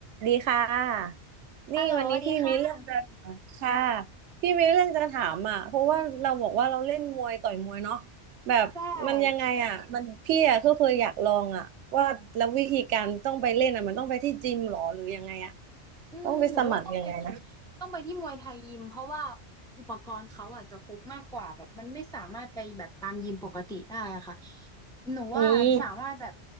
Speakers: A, on the right; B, in the centre.
A: ดีค่ะนี่วันนี้พี่มีเรื่องจะถามค่ะ
B: ฮัลโหลสวัสดีค่ะ
A: พี่มีเรื่องจะถามอ่ะเพราะว่าเราบอกว่าเราเล่นมวยต่อยมวยเนาะแบบมันยังไงอ่ะมันพี่อ่ะก็เคยอยากลองอ่ะว่าแล้ววิธีการต้องไปเล่นอ่ะมันต้องไปที่จิมหรอหรือยังไงอ่ะ
B: ใช่อืมหนูว่าต้องไปที่
A: ต้องไปสมัครยังไงนะ
B: ต้องไปที่มวยไทยยิม เพราะว่าอุปกรณ์เขาอาะจะครบมากกว่าแบบมันไม่สามารถไปแบบตามยิมปกติได้อะค่ะหนูว่าสามารถแบบ
A: อืม